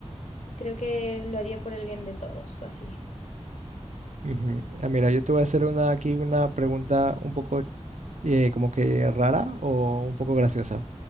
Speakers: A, on the left; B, on the right.
A: creo que lo haría por el bien de todos, así.
B: Ujú. Ah, Mira, yo te voy a hacer una, aquí una pregunta un poco eh, como que rara o un poco graciosa.